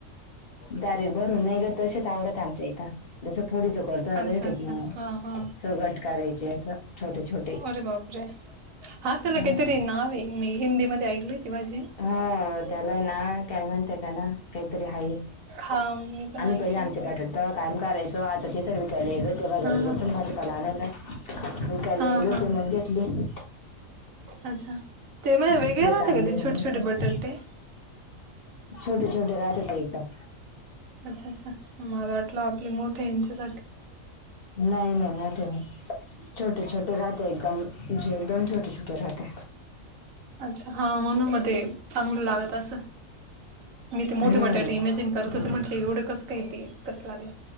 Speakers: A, on the left; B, on the right.
A: डायरेक्ट भरून नाही ग तसेच आवडत आमच्या इथं जसं फोडीच करतो ना
B: अच्छा
A: तसं ते हम्म
B: अच्छा हा हा
A: कट करायचे अस छोटे छोटे
B: अरे बाप रे हा त्याला
A: हम्म.
B: काहीतरीे नाव आहे मी हिंदी मध्ये ऐकली ती भाजी.
A: हा त्याला हाय ना काय म्हणते त्याला ना काहीतरी हाय.
B: हा मी पण
A: आम्ही
B: ऐकले
A: पहिले आमचे बटाटा
B: ते
A: होते तेव्हा कायम करायचे. तो आता तिथे विकायला गेलो होते बाजारात
B: हा
A: घेऊून
B: हा
A: भाजपाला आणायला विकायला
B: हा
A: गेलो
B: हा
A: ते म्हणतेत <unintelligible>
B: अच्छा ते म्हण वेगळे
A: दिसले
B: राहते
A: चांगले
B: का ते
A: मग
B: छोटे
A: घेतले
B: छोटे बटाटे.
A: छोटे छोटे राहते ते एकदम.
B: अच्छा अच्छा मला वाटलं आपली मोठे यांच्यासारखी
A: नाय नाय मोठे नाही. छोटे छोटे राहते एकदम म्हनजे एकदम छोटे छोटे राहते.
B: अच्छा हा म्हणून मते चांगलं लागत असंल. मी ते मोठे
A: हम्म
B: बटाटे इमेजिंग करत होते.
A: मग
B: म्हटले
A: ते
B: एवढं कसं काय ते, कसं लागलं.